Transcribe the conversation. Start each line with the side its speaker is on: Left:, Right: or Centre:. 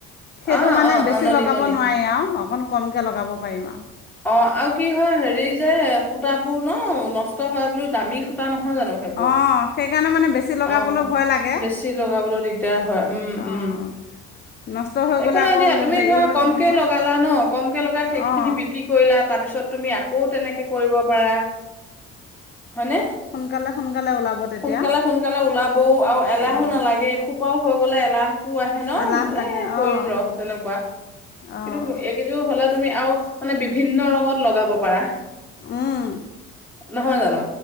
Left: সেইটো
Centre: অ
Left: মানে
Centre: অ
Left: বেছি
Centre: অ ননী
Left: লগাব
Centre: ননী
Left: নোৱাৰি আৰু অকণ কমকৈ লগাব পাৰিম আৰু
Centre: অ আৰু কি হয় হেৰি যে সূতাবোৰ ন নষ্ট হয় বুলিও দামী সূতা নহয় নহয় জানো সেইবোৰ
Left: অঁ সেইকাৰণে মানে বেছি লগাবলৈ
Centre: অ
Left: ভয় লাগে
Centre: বেছি লগাবলৈ দিগদাৰ হয় উম
Left: অঁ
Centre: উম
Left: নষ্ট হৈ
Centre: একো
Left: গ'লে
Centre: নাই
Left: আকৌ
Centre: দিয়া তুমি
Left: হেৰি
Centre: ধৰা
Left: হৈ
Centre: কমকে
Left: যাব নহয়
Centre: লগালা ন কমকে লগাই সেইখিনি
Left: অঁ
Centre: বিক্ৰী কৰিলা তাৰপিছত তুমি আকৌ তেনেকৈ কৰিব পাৰা হয়নে
Left: সোনকালে সোনকালে ওলাব তেতিয়া
Centre: সোনকালে সোনকালে ওলাবও আৰু এলাহো
Left: অঁ
Centre: নালাগে এসোপাও ববলে এলাহ টো আহে ন এ
Left: এলাহ লাগে
Centre: কৰিম
Left: অঁ
Centre: ৰহ তেনেকুৱা
Left: অঁ
Centre: কিন্তু এইকেইযোৰ হ'ল তুমি আৰু মানে বিভিন্ন ৰঙত লগাব পাৰা
Left: অম
Centre: নহয় জানো